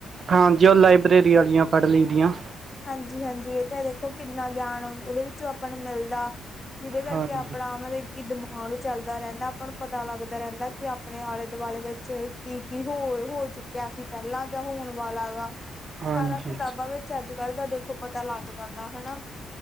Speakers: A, on the right; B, on the left.
A: ਹਾਂਜੀ ਉ ਲਾਇਬ੍ਰੇਰੀ ਵਾਲੀਆਂ ਪੜ੍ਹ ਲਈ ਦੀਆਂ
B: ਹਾਂਜੀ-ਹਾਂਜੀ, ਇੱਥੇ ਦੇਖੋ ਕਿੰਨਾ ਗਿਆਨ ਉਦੇ ਵਿੱਚੋਂ ਆਪਾਂ ਨੂੰ ਮਿਲਦਾ। ਜਿਦੇ ਕਰਕੇ
A: ਹਾਂਜੀ
B: ਆਪਣਾ ਮਤਲਬ ਕੀ ਮਹੋਲ ਚੱਲਦਾ ਰੈਂਦਾ, ਆਪਾਂ ਨੂੰ ਪਤਾ ਲੱਗਦਾ ਰੈਂਦਾ, ਕਿ ਆਪਣੇ ਆਲੇ ਦੁਆਲੇ ਵਿੱਚ ਕੀ-ਕੀ ਹੋ-ਹੋ ਚੁੱਕਿਆ ਸੀ, ਪੈਲਾਂ ਜਾਂ ਹੋਣ ਵਾਲਾ ਵਾ
A: ਹਾਂਜੀ
B: ਸਾਰਾ ਕਿਤਾਬਾਂ ਵਿੱਚ ਅੱਜ-ਕੱਲ੍ਹ ਦਾ ਦੇਖੋ, ਪਤਾ ਲੱਗਦਾ ਤਾ ਹਨਾ।